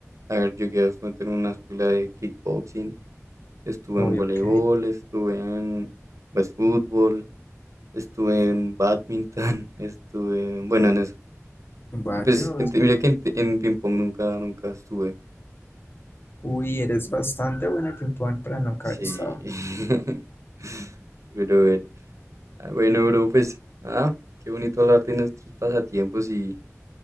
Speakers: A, on the right (about 70°); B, on the left (about 45°).
A: a ver, llegué a meter en una escuela de kickboxing, estuve
B: Oh,
A: en voleibol,
B: ok,
A: estuve en, pues, fútbol, estuve en badminton, <laughs> estuve, en- bueno, en eso.
B: varios.
A: Y pues, en te- mira que en, te- en ping pong nunca, nunca estuve.
B: Uy, eres bastante buena en ping-pong para nunca
A: Sí.
B: haber estado.
A: <laughs> Pero bueno, ah, bueno, bro, pues, ah, qué bonito hablar de nuestros pasatiempos y,